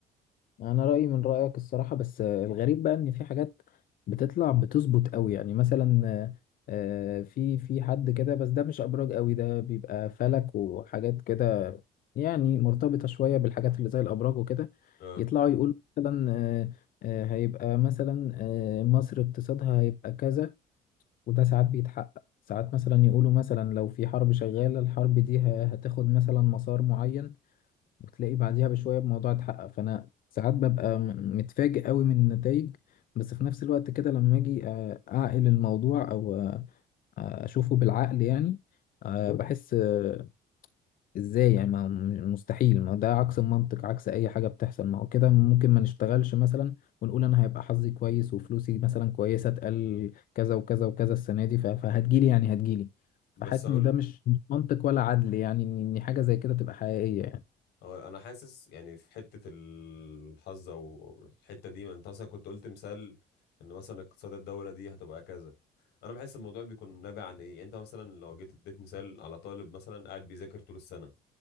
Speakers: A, on the left; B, on the left.
A: انا رايي من رايك الصراحه بس آه، الغريب بقى ان في حاجات بتطلع بتظبط قوي يعني مثلا آه، آه، في في حد كده بس ده مش ابراج قوي ده بيبقى فلك وحاجات كده يعني مرتبطه شويه بالحاجات اللي زي الابراج وكده
B: اه
A: يطلعوا يقول مثلا آه، آه، هيبقى مثلا آه، مصر اقتصادها هيبقى كذا وده ساعات بيتحقق ساعات مثلا يقولوا مثلا لو في حرب شغاله الحرب دي ه- هتاخد مثلا مسار معين وتلاقي بعديها بشوية الموضوع اتحقق فأنا ساعات ببقى م- متفاجئ قوي من النتائج بس في نفس الوقت كده لما أجي آه، أعقل الموضوع أو آه، آه، أشوفه بالعقل يعني آه، بحس آه، إزاي يعني ما هو م- مستحيل ما ده عكس المنطق عكس أي حاجة بتحصل ما هو كده ممكن ما نشتغلش مثلا ونقول أنا هيبقى حظي كويس وفلوسي مثلا كويسة اتقال كذا وكذا وكذا السنة دي ف- فهتجيلي يعني هتجيلي فحاسس
B: بس هقول
A: إن ده مش مش منطق ولا عدل يعني إن إن حاجة زي كده تبقى حقيقية يعني.
B: هو انا حاسس يعني في حته الحظ او الحته دي ما انت مثلا كنت قلت مثال ان مثلا اقتصاد الدوله دي هتبقى كذا انا بحس الموضوع بيكون نابع عن ايه يعني انت مثلا لو جيت اديت مثال على طالب مثلا قاعد بيذاكر طول السنه